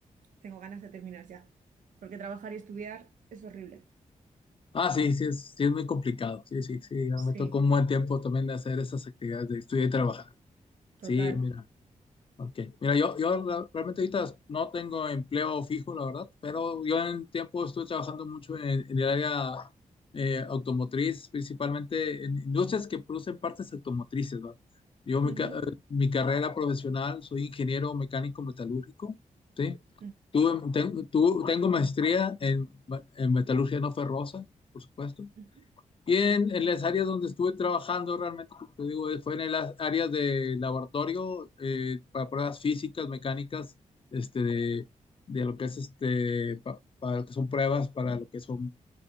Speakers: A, on the right; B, on the left.
A: tengo ganas de terminar ya, porque trabajar y estudiar es horrible.
B: Ah, sí, sí es, sí es muy complicado. Sí, sí, sí. ya
A: Sí,
B: me tocó un buen tiempo también de hacer esas actividades de estudiar y trabajar.
A: total.
B: Sí, mira, ok. Mira, yo, yo la- realmente ahorita no tengo empleo fijo, la verdad, pero yo en tiempo estuve trabajando mucho en, en el área eh, automotriz, principalmente en industrias que producen partes automotrices, ¿va? Yo mi,
A: Ujú,
B: ca- eh, mi carrera profesional soy ingeniero mecánico metalúrgico, ¿sí?
A: ujú,
B: Tuve, ten- tu- tengo maestría en, en metalurgia no ferrosa, por supuesto.
A: ujú.
B: Y en, en las áreas donde estuve trabajando, realmente, como te digo, fue en las áreas de laboratorio, eh, para pruebas físicas, mecánicas, este, de, de lo que es este, pa- para lo que son pruebas, para lo que son,